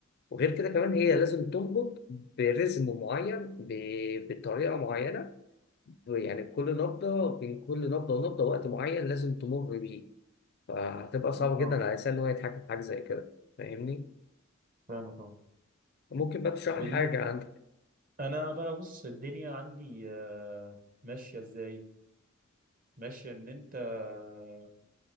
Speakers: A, on the left; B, on the right.
A: وغير كده كمان هي لازم تنبض برزم معين ب- بطريقه معينه يعني كل نبضه بين كل نبضه ونبضه وقت معين لازم تمر بيه فهتبقى صعبه
B: اه
A: جدا على الانسان ان هو يتحكم في حاجه زي كده فاهمني
B: فاهمك اه
A: ممكن بقى تشرح
B: بال...
A: لي حاجه عندك
B: انا بقى بص الدنيا عندي آه، ماشيه ازاي ماشيه ان انت آه،